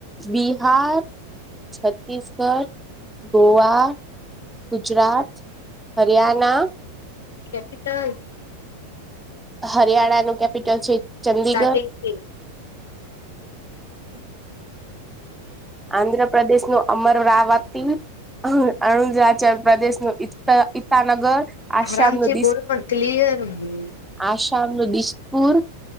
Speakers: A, in the centre; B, on the left.
A: બિહાર, છત્તીસગઢ, ગોવા, ગુજરાત, હરિયાના,
B: <unintelligible>
A: હરિયાણા નું કેપિટલ છે ચંદીગઢ
B: સ્ટાર્ટિંગ થી <inaudible>
A: આંધ્રપ્રદેશનું અમરાવતી અરુણાચલ પ્રદેશનુ ઇટ ઈટાનગર આશમ
B: આરામથી
A: નદી
B: બોલ
A: આશ
B: પણ ક્લિયર બોલ.
A: આસામનું દિસપુર